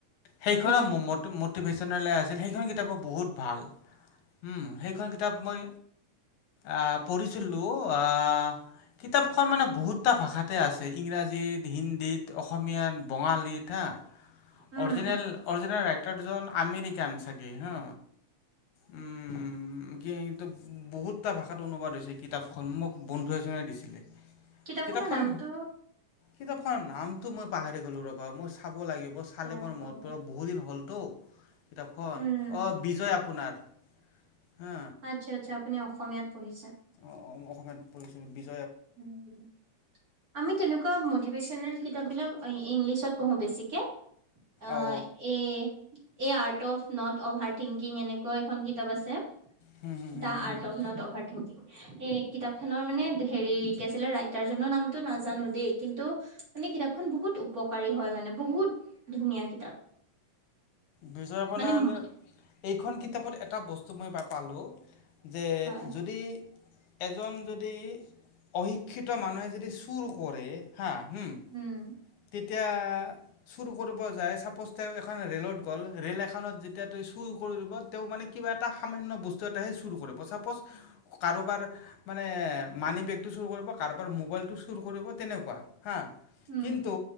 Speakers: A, on the left; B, on the right.
A: সেইখনো
B: হয়
A: মটো-মটিভেচনেলেৰ আছিল সেইখন কিতাপো বহুত ভাল। উম, সেইখন কিতাপ মই আ পঢ়িছ টো, আ, কিতাপখন মানে বহুতটা ভাষাতে আছে, ইংৰাজীত, হিন্দীত অসমীয়াত, বঙালীত, হা,
B: উম
A: অৰজিনেল-অৰজিনেল ৰাই টাৰজন আমেৰিকান চাগে হা, উম, কি বহুতটা ভাষাত অনুবাদ হৈছে কিতাপখন, মোক বন্ধু এজনে দিছিলে।
B: কিতাপখনৰ
A: কিতাপখন
B: নামটো?
A: কিতাপখনৰ নামটো মই পাহৰি গ'লো ৰ'বা, মই চাব লাগি চালে
B: অ
A: মোৰ মনত
B: অ
A: পৰিব, বহুত দিন হ'লতো কিতাপখন,
B: উম
A: অ', বিজয় আপোনাৰ হা
B: আচ্ছা আচ্ছা, আপুনি অসমীয়াত পঢ়িছে?
A: অ', মই অসমীয়াত পঢ়িছিলোঁ বিজ
B: উম, আমি তেনেকুৱা মটিভেশ্যনেল কিতাপ বিলাক অ' ই ইংলিছত পঢ়ো বেছিকে, আ
A: অ
B: এ-এ art of not over thinking এনেকুৱাও এখন কিতাপ আছে
A: হুম হুম হুম
B: দা
A: হুম
B: art
A: hmm
B: of not over thinking হে কিতাপখনৰ মানে দে হেৰি কি আছিলে, ৰাইটাৰজনৰ নামটো নাজানো দেই, কিন্তু মানে কিতাপখন বহুত উপকাৰী হয় মানে। বহুত ধুনীয়া কিতাপ।
A: বিজয় আপানাৰ,
B: মানে
A: এইখন
B: উম
A: কিতাপত এটা বস্তু মই পা পালো যে
B: হয়
A: যদি এজন যদি, অশিক্ষিত মানুহে যদি চুৰ কৰে, হা হুম,
B: উম
A: তেতিয়া চুৰ কৰিব যায়, চাপ'জ তেওঁ এখন ৰে'লৰ দো গ'ল, ৰেল এখনত যেতিয়া তেওঁ চুৰ কৰিব তেওঁ মানে কিবা এটা সামান্য বস্তু এটহে চুৰ কৰিব। চাপ'জ কাৰোবাৰ মানে মানি বেগটো চুৰ কৰিব, কাৰোবাৰ মোবাইলটো চুৰ কৰিব তেনেকুৱা। হা,।
B: উম
A: কিন্তু